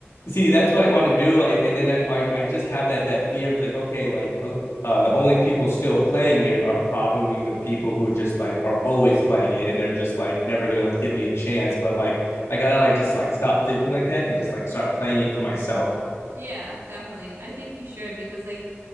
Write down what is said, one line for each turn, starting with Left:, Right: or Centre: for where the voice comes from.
Left: See, that's what I want to do. Like, and then I, I, I just have that that fear of like, okay, like uh, the only people still playing it are probably the people who just like are always playing it and they're just like never gonna give me a chance. But like I gotta like just like stop thinking like that and just like start playing it for myself.
Right: Yeah, definitely. I think you should because like